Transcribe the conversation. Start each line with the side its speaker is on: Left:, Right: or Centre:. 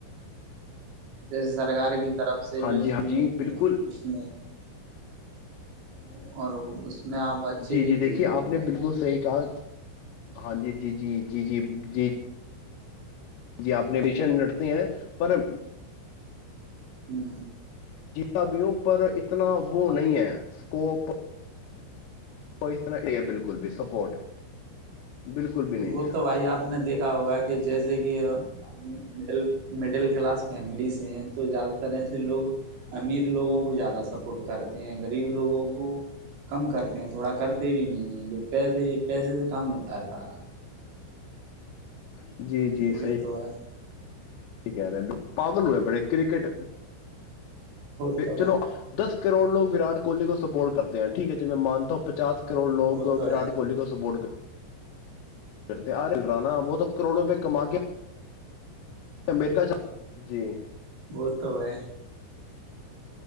Right: جس سرکار کی <inaudible> طرف سے
Left: ہاں
Right: جو
Left: جی
Right: سوئمنگ
Left: ہاں جی بالکل
Right: اس میں <inaudible> اورو اس <inaudible> اچھے
Left: جی
Right: بھی
Left: جی
Right: کھیلتے
Left: دیکھیے آپ
Right: ہوں
Left: نے
Right: گے
Left: بالکل صحیح کہا ہاں جی جی جی جی جی جی جی اپنے مشن لٹتے ہیں پر
Right: ہاں <inaudible>
Left: سبیوں پر اتنا وہ نہیں ہے اسکوپ وہ استنا یہ ہے بالکل بھی سب سپورٹ بالکل بھی نہیں
Right: وہ تو بھائی آپ نے دیکھا ہوگا جیسے کہ ہم مڈل مڈل کلاس فیملیز تو زیادہ تر ای سے لوگ امیر لوگوں کو زیادہ سپورٹ کرتے ہیں غریب لوگوں کو کم کرتے ہیں تھوڑا کرتے بھی نہیں ہیں جو پیسے پیسے سے کام ہوتا ہے سارا
Left: <inaudible> جی جی
Right: وہی
Left: صحیح
Right: تو ہے
Left: کہہ رہے پاگل ہوئے پڑے کرکٹ
Right: وہ تو
Left: چلو
Right: ہے
Left: دس کروڑوگ واٹ کوہلی کو سپورٹ کرتے ہیں ٹھیک ہے جی میں مانتا ہوں پچا کے کروڑ لوگ
Right: وہ تو
Left: وراٹ
Right: ہے
Left: کوہلی کو سپورٹ کر کرتے آل رہا نا وہ تو کروڑوں روپئے کما کے امیریکا جی
Right: وہ تو ہے